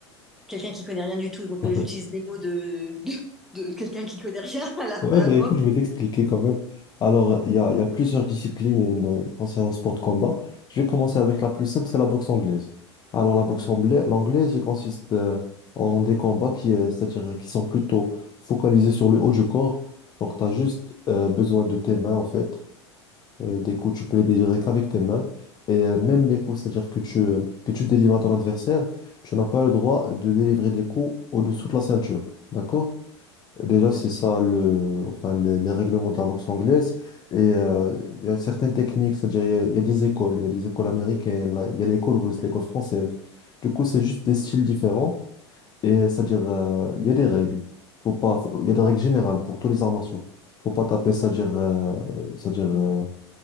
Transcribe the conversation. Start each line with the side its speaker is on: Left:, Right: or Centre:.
Centre: quelqu'un qui connaît rien du tout, donc
Left: <laughs>
Centre: euh, j'utilise les mots de, de, de quelqu'un qui connaît rien à la,
Left: Ouais,
Centre: à la
Left: bah
Centre: boxe.
Left: écoute, je vais t'expliquer quand même. Alors, il y a, il y a plusieurs disciplines euh, concernant le sport de combat. Je vais commencer avec la plus simple, c'est la boxe anglaise. Alors, la boxe
Centre: Mm,
Left: anglaise, l'anglaise, elle consiste euh, en des combats qui, euh, c'est-à-dire euh, qui sont plutôt focalisés sur le haut du corps. Donc, tu as juste euh, besoin de tes mains, en fait. Euh, des coups, tu peux les délivrer qu'avec tes mains. Et euh, même les coups, c'est-à-dire que tu, euh, que tu délivres à ton adversaire, tu n'as pas le droit de délivrer des coups au-dessous de la ceinture. D'accord? Déjà,
Centre: mm,
Left: c'est ça le, enfin, le- les règlements de la boxe anglaise. Et euh, il y a certaines techniques, c'est-à-dire il y, a il y a des écoles, il y a des écoles américaines, là, il y a l'école russe, l'école française. Du coup, c'est juste des styles différents. Et euh, c'est-à-dire, euh, il y a des règles. Faut pas, faut- il y a des règles générales pour tous les arts martiaux. Faut pas taper, c'est-à-dire, euh, c'est-à-dire euh,